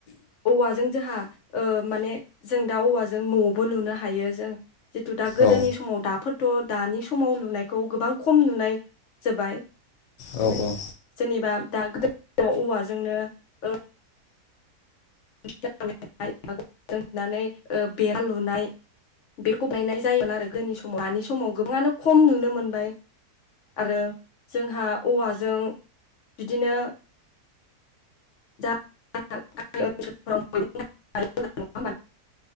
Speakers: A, on the left; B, on the left.
A: औवाजों जोंहा ओ माने जों दा औवाजों न'बो लुनो हायो जों जितु दा गोदोनि
B: औ
A: समाव दाफोद थ' दानि समाव लुनायखौ गोबां खम नुनाय जाबाय
B: औ औ
A: जेनेबा दा गोदो औवाजोंनो ओ <unintelligible> ओ बेरा लुनाय बेखौ बानायनाय जायोमोन आरो गोदोनि समाव दानि समाव गोबाङानो खम नुनो मोनबाय आरो जोंहा औवाजों बिदिनो <unintelligible> <unintelligible>